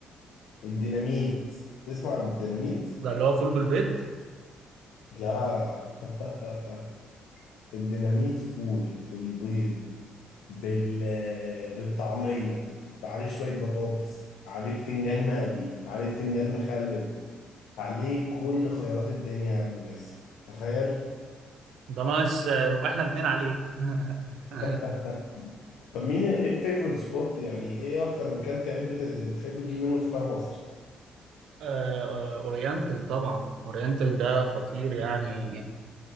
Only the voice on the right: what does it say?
ده اللي هو فول بالبيض
ده ناقص آه، نبقى احنا الاثنين عليه <laughs>
آه، آه، اورينتال طبعا اورينتال ده خطير يعني